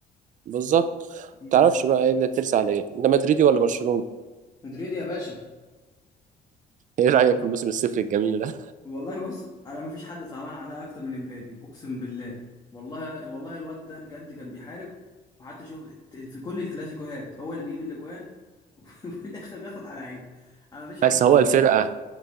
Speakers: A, on the right; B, on the left.
A: بالظبط ما
B: امم
A: تعرفش بقى ايه اللي ترسى على ايه انت مدريدي ولا برشلونه
B: مدريد يا باشا
A: ايه رايك في الموسم الصفر الجميل ده
B: والله بص انا ما فيش حد صعبان عليا اكتر من امبابي اقسم بالله والله والله الواد ده بجد كان بيحارب وحتى شوف ت- في كل الكلاسيكوهات هو اللي بيجيب الاجوان <laughs> وفي الاخر بياخد على عينه
A: <laughs>
B: انا ما فيش حد
A: بس
B: صعبان
A: هو الفرقه
B: عليا.